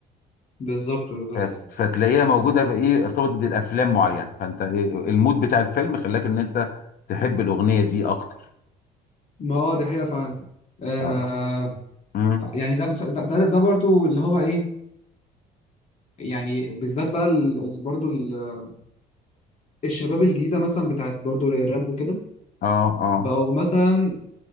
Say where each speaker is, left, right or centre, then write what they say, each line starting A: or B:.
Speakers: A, on the left; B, on the left.
A: بالظبط بالظبط
B: فت- فتلاقيها موجودة في إيه ارتبطت بالأفلام معينة فأنت إيه المود بتاع الفيلم خلاك إن أنت تحب الأغنية دي أكتر
A: ما اه دي حقيقة فعلا آه
B: آه أمم،
A: يعني ده مس- ده ده ده برضو اللي هو ايه يعني بالذات بقى ال- ال- برضو ال- الشباب الجديدة مثلا بتاعت برضو الراب وكده
B: آه آه
A: بقوا مثلا